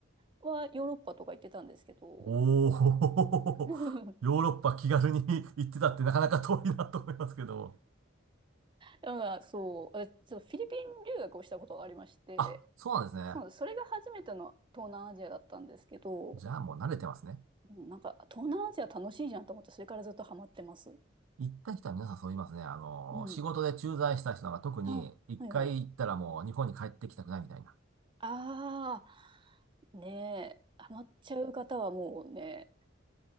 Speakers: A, on the right (about 25°); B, on the right (about 90°).
A: はヨーロッパとか行ってたんですけど、
B: おー、
A: <laughs>
B: <laughs>
A: だ
B: ヨーロッパ気軽に <laughs> 行ってたってなかなか遠いなと思いますけど。
A: から <laughs> そう、私ちょっとフィリピン留学をしたことがありまして、
B: あ、そうなんですね。
A: そうそれが初めての東南アジアだったんですけど、
B: じゃあもう慣れてますね。
A: うん、なんか東南アジア楽しいじゃんと思って、それからずっとハマってます。
B: 行った人は皆さんそう言いますね。あの、
A: うん。
B: 仕事で駐在した人なんか特に一回行ったらもう日本に帰ってきたくないみたいな。
A: あ、はいはい。ああ、ねえ、ハマっちゃう方はもうね、